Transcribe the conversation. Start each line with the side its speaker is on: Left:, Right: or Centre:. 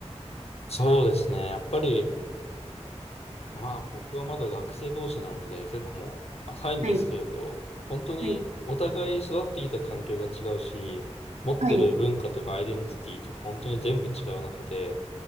Left: そうですね。やっぱり、まあ僕はまだ学生同士なので結構もう浅いんですけれど、
Right: はい。
Left: 本当にお互い育ってきた環境が違うし、
Right: はい。
Left: 持ってる文化とかアイデンティティとか本当に全部違う中で、
Right: はい。